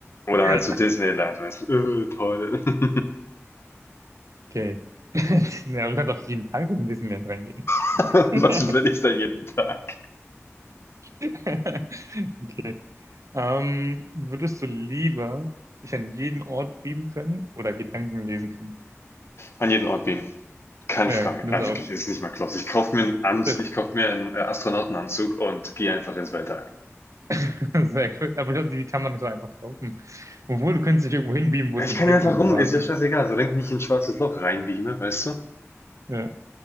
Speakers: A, on the left; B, on the right.
A: Oder
B: ja,
A: halt zu Disneyland, weißt du, äh, toll. <laughs>
B: okay. <laughs> Ja, aber man kann doch jeden Tag in Disneyland reingehen.
A: <laughs>
B: <laughs>
A: Was will ich da jeden Tag?
B: Okay. Ähm, würdest du lieber dich an jeden Ort beamen können oder Gedanken lesen können?
A: An jeden Ort beamen. Keine
B: Ja,
A: Frage.
B: das
A: Ah,
B: ist auch.
A: wirklich, ist nicht mal close. Ich kaufe mir einen, Ans
B: Das,
A: ich kauf mir einen äh, Astronautenanzug und gehe einfach ins Weltall.
B: <laughs> Sehr cool. Aber ich glaube, die kann man nicht so einfach kaufen. Obwohl, du könntest dich irgendwo hinbeamen, wo
A: Ich
B: es die
A: kann
B: gibt
A: ja einfach
B: und der
A: rum,
B: Wahnsinn.
A: ist ja scheißegal, solange ich nicht in ein schwarzes Loch reinbeame, weißt du?
B: Ja.